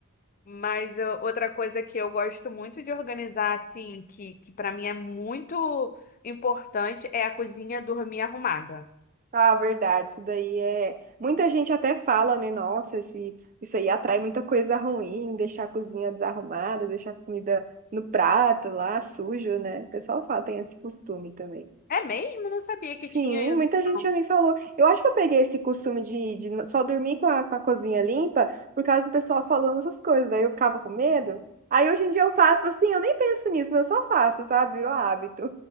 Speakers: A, on the left (about 40°); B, on the right (about 35°).
A: Mas eu- outra coisa que eu gosto muito de organizar, assim, que, que para mim é muito importante, é a cozinha dormir arrumada.
B: Ah, verdade, isso daí é. Muita gente até fala, né? Nossa, esse... isso aí atrai muita coisa ruim, deixar a cozinha desarrumada, deixar a comida no prato lá, sujo, né? O pessoal fala, tem esse costume também.
A: É mesmo? Não sabia
B: Sim,
A: que tinha isso.
B: muita gente
A: não.
B: já me falou. Eu acho que eu peguei esse costume de, de no- só dormir com a, com a cozinha limpa por causa do pessoal falando essas coisas. Daí eu ficava com medo. Aí hoje em dia eu faço assim, eu nem penso nisso, mas eu só faço, sabe? Virou hábito.